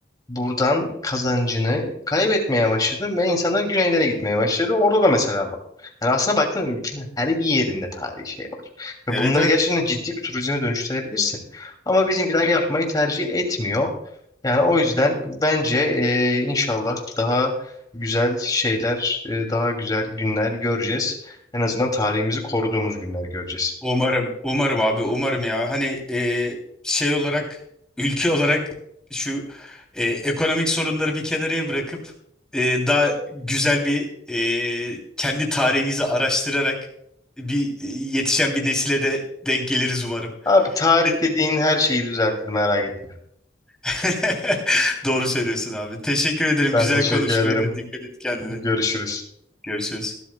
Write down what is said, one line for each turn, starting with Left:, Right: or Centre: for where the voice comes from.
Left: buradan kazancını kaybetmeye başladın ve insanlar güneylere gitmeye başladı. Orada da mesela var. Yani aslında baktığında ülkenin her yerinde tarihi şey var. Ve
Centre: Evet
Left: bunları
Centre: evet
Left: gerçekten ciddi bir turizme dönüştürebilirsin. Ama bizimkiler yapmayı tercih etmiyor. Yani o yüzden bence e, inşallah daha güzel şeyler, e, daha güzel günler göreceğiz. En azından tarihimizi koruduğumuz günler göreceğiz.
Centre: Umarım, umarım abi, umarım ya. Hani e, şey olarak, ülke olarak şu e, ekonomik sorunları bir kenara bırakıp e, daha güzel bir e, kendi tarihimizi araştırarak bir e, yetişen bir nesile de denk geliriz umarım.
Left: Abi tarih
Centre: E-
Left: dediğin her şeyi düzeltir merak etme.
Centre: <laughs> Doğru söylüyorsun abi. Teşekkür ederim.
Left: Ben
Centre: Güzel
Left: teşekkür
Centre: konuşmaydı.
Left: ederim.
Centre: Dikkat et kendine.
Left: Görüşürüz.
Centre: Görüşürüz.